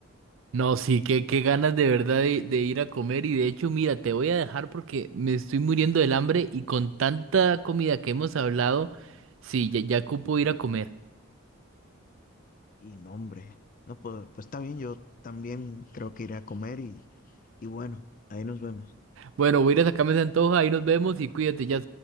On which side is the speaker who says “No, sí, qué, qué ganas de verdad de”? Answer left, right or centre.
Right